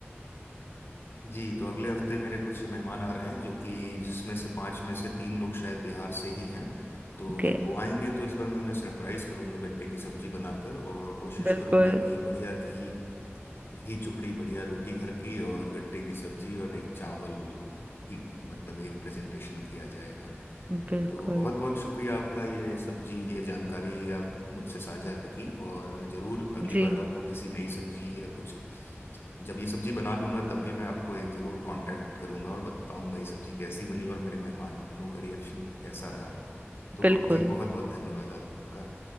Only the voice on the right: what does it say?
ओके
बिल्कुल
बिल्कुल
जी
बिल्कुल